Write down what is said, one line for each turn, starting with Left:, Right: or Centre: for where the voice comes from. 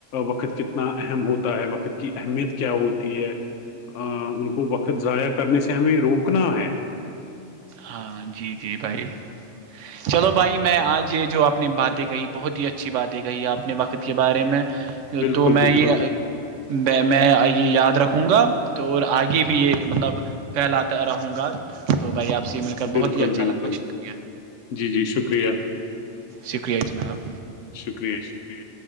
Left: وقت کتنا اہم ہوتا ہے وقت کی اہمیت کیا ہوتی ہے ان کو وقت ضائع کرنے سے ہمیں روکنا ہے
Right: ہاں جی جی بھائی چلو بھائی میں آج یہ جو آپ نے باتیں کہی بہت ہی اچھی باتیں کہی آپ نے وقت وقت کے بارے میں
Left: بالکل
Right: تو میں
Left: بالکل
Right: یہ میں یہ یاد رکھوں گا تو آگے کہ بھی یہ مطلب پھیلاتا رہوں گا تو بھائی آپ سے مل کر
Left: بالکل
Right: بہت ہی اچھا
Left: بالکل
Right: لگےا شکریہ
Left: جی جی شکریہ
Right: شکریہ جناب
Left: شکریہ شکریہ